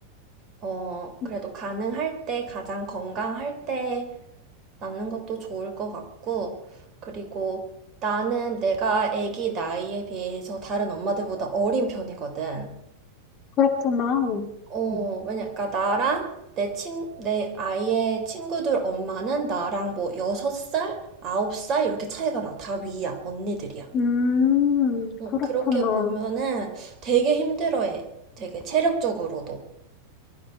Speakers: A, on the right; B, on the left.
A: 어,
B: 음,
A: 그래도 가능할 때, 가장 건강할 때 낳는 것도 좋을 것 같고, 그리고 나는 내가 아기 나이에 비해서 다른 엄마들보다 어린 편이거든.
B: 그렇구나.
A: 어,
B: 음,
A: 왜냐, 그러니까 나랑 내 친, 내 아이의 친구들 엄마는 나랑 뭐 여섯 살 아홉 살 이렇게 차이가 나. 다 위야, 언니들이야.
B: 음,
A: 어,
B: 그렇구나.
A: 그렇게 보면은 되게 힘들어해. 되게 체력적으로도.